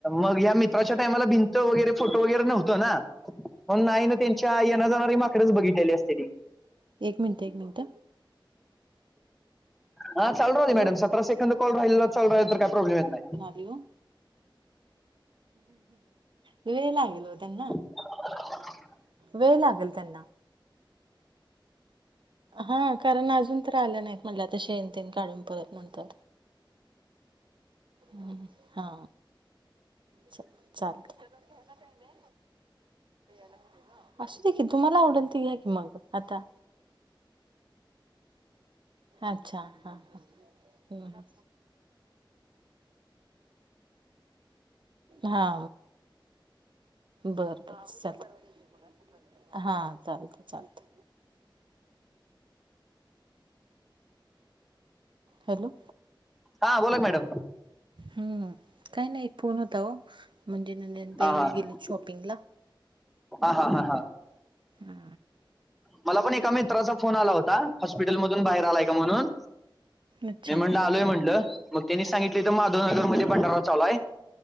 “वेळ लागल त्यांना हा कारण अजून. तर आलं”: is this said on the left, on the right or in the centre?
Right